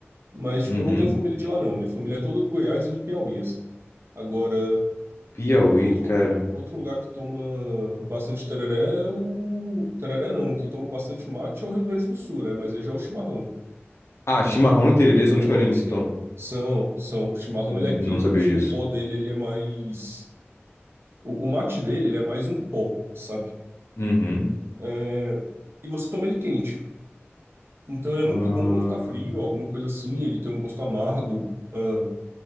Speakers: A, on the right (about 60°); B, on the left (about 75°).
A: mas, tipo,
B: Uhum.
A: eu não tenho família de lá, não. Minha família é toda do Goiás e do Piauí, assim. Agora,
B: Piauí,
A: outro,
B: cara.
A: outro lugar que toma bastante tereré é o... Tereré não, que toma bastante mate é o Rio Grande do Sul, né? Mas aí já é o chimarrão.
B: Ah, chimarrão e tererê são
A: É
B: diferentes,
A: outro esquema.
B: então.
A: São, são. O chimarrão,
B: N-
A: ele é quente,
B: Não sabia disso.
A: o pó dele, ele é mais... O, o mate dele, ele é mais um pó, sabe?
B: Uhum.
A: É, E você toma ele quente. Então, ele é
B: Ah,
A: muito bom quando tá frio, alguma coisa assim. Ele tem um gosto amargo. ah,